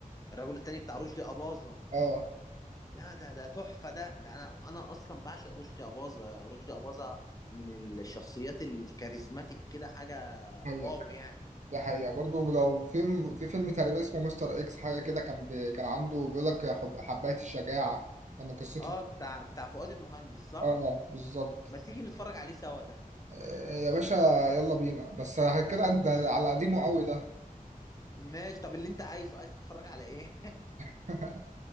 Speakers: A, on the left; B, on the right.
A: الرجل التاني بتاع رشدي اباظه
B: اه
A: لا ده ده تحفة ده ده أنا أنا أصلا بعشق رشدي أباظة رشدي أباظة من الشخصيات الكاريزماتيك كده حاجة
B: هي
A: واو يعني
B: ده حقيقه برضه لو في في فيلم تقريبا اسمه مستر اكس حاجه كده كان بي... كان عنده بيقول لك حب... حبايه الشجاعه يعني قصته
A: أه بتاع بتاع فؤاد المهندس صح؟
B: اه بالظبط
A: ما تيجي نتفرج عليه سوا ده
B: آه، يا باشا يلا بينا بس
A: ات-
B: كده انت على قديمه قوي ده
A: ماشي طب اللي أنت عايزه عايز تتفرج على إيه؟ <laughs>
B: <laughs>